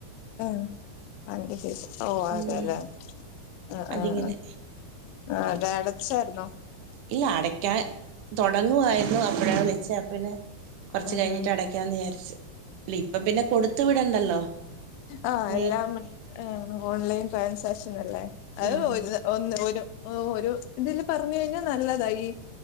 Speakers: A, on the left; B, on the right.
A: ആഹ് വണ്ടി ഫീസ് ഓ അതെ
B: ഉം
A: അതെ ആഹ്
B: അതിങ്ങനെ
A: ആഹ് ആഹ് ആഹ് അതടച്ചായിര് ന്നോ
B: ഇല്ല അടക്കാൻ തൊടങ്ങുവായിരുന്നു അപ്പഴാ വിളിച്ചേ അപിന്നെ കൊറച്ച്
A: ആഹ്
B: കഴിഞ്ഞിട്ട്
A: ആഹ്
B: അടക്കാന്ന് വിചാരിച്ച് ഇപ്പൊ പിന്നെ കൊടുത്ത് വിടണ്ടല്ലോ
A: ആ
B: നേരത്തെ
A: എല്ലാം ഓൺലൈൻ ട്രാൻസേക്ഷൻ അല്ലേ അത്
B: ആഹ്
A: പോയിത് ഒന്ന് ഒരു ഒരു ഇതില് പറഞ്ഞു കഴിഞ്ഞാൽ നല്ലതായി